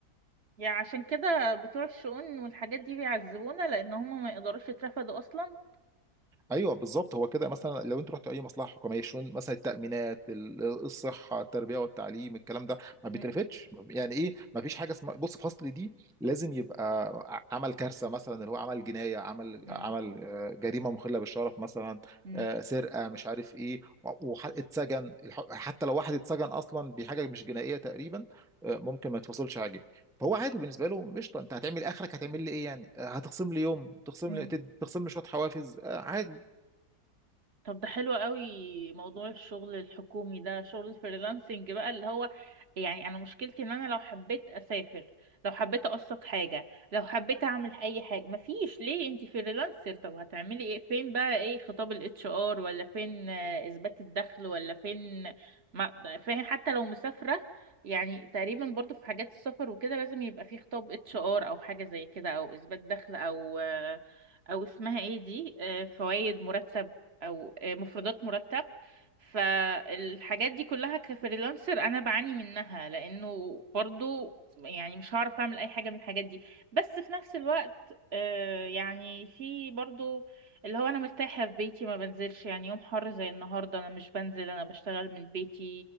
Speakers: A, on the right; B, in the centre.
A: يعني عشان كده بتوع الشؤون والحاجات دي بيعذبونا لان هم ما يقدروش يترفدوا اصلا
B: ايوه بالظبط هو كده مثلا لو انت رحت اي مصلحه حكوميه شون مثلا التامينات ال- الصحه التربيه والتعليم الكلام ده ما بيترفتش
A: مم.
B: يعني ايه ما فيش حاجه اسمها بص فصل دي لازم يبقى ع- عمل كارثه مثلا اللي هو عمل جنايه عمل
A: مم.
B: عمل آه، جريمه مخله بالشرف مثلا
A: مم.
B: آه، سرقه مش عارف ايه و- وح- اتسجن الح- حتى لو واحد اتسجن اصلا بحاجه مش جنائيه تقريبا آه، ممكن ما يتفصلش حاجه فهو عادي بالنسبه له قشطه انت هتعمل اخرك هتعمل لي ايه يعني آه، هتخصم لي يوم تخصم
A: مم.
B: لي تد- تخصم لي شويه حوافز آه، عادي
A: طب ده حلو قوي موضوع الشغل الحكومي ده شغل الفريلانسنج بقى اللي هو يعني انا مشكلتي ان انا لو حبيت اسافر لو حبيت اقسط حاجة لو حبيت اعمل اي حاجة مفيش ليه انتي فريلانسر طب هتعملي ايه فين بقى ايه خطاب الاتش ار ولا فين آه، اثبات الدخل ولا فين ما فاهم حتى لو مسافرة يعني تقريبا برضو في حاجات السفر وكده لازم يبقى في خطاب اتش ار او حاجة زي كده او اثبات دخل او آه، او اسمها ايه دي فوائد مرتب او مفردات مرتب فالحاجات دي كلها كفريلانسر انا بعاني منها لانه برضو يعني مش هعرف اعمل اي حاجة من الحاجات دي بس في نفس الوقت آه، يعني في برضو اللي هو انا مرتاحة في بيتي ما بنزلش يعني يوم حر زي النهاردة انا مش بنزل انا بشتغل من بيتي